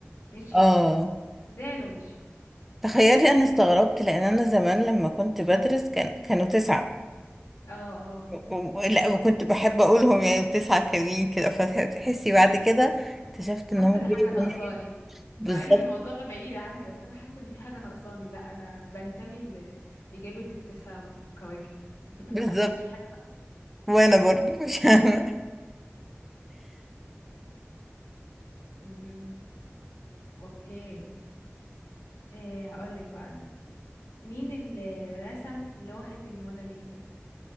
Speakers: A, on the left; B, in the centre.
A: مشي
B: اه
A: زعل ومشي
B: تخيلي انا استغربت لان انا زمان لما كنت بدرس كان كانوا تسعة
A: اه اه
B: و- و- لا وكنت بحب اقولهم يعني تسعة كاملين كده فتحسي بعد كده اكتشفت
A: حاسة
B: ان هم
A: ان
B: بيقولوا
A: حاجة ناقصاني
B: تمانية. بالظبط
A: مع ان الموضوع بعيد عني بس انا حاسة ان في حاجة ناقصاني لا انا بنتمي لإجابة التسع كواكب <laughs>
B: بالظبط
A: معلش في حاجة ناقصة
B: وانا برضو مش <laughs>
A: مهم. اوكي آه هقولك بقى انا مين اللي رسم لوحة الموناليزا